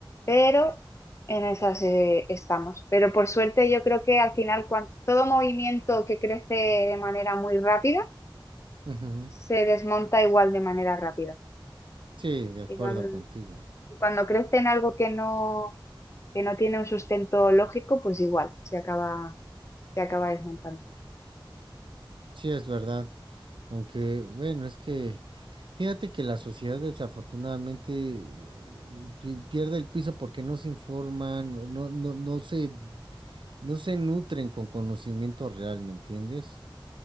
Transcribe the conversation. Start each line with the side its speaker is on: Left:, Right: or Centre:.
Left: pero en esas eh, estamos. Pero por suerte yo creo que al final cuan- todo movimiento que crece de manera muy rápida
Right: Ujú.
Left: se desmonta igual de manera rápida.
Right: Sí, de acuerdo
Left: Y cuando,
Right: contigo.
Left: y cuando crece en algo que no, que no tiene un sustento lógico, pues igual se acaba, se acaba desmontando.
Right: Sí, es verdad. Aunque, bueno, es que fíjate que la sociedad desafortunadamente eh, pi- pierde el piso porque no se informan, no, no, no se no se nutren con conocimiento real, ¿me entiendes?